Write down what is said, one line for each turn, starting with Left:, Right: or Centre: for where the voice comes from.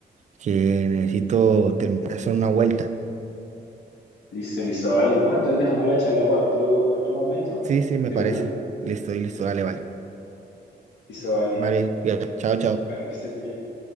Right: que necesito terminar de hacer una vuelta.
Left: Listo, listo, vale, ¿no? Entonces dejamos la charla para otro, para otro momento,
Right: Sí, sí, me
Left: de
Right: parece.
Left: una.
Right: Listo, listo, dale, vale.
Left: Listo, vale,
Right: Vale, cuídate. Chao, chao.
Left: vale, que estés bien.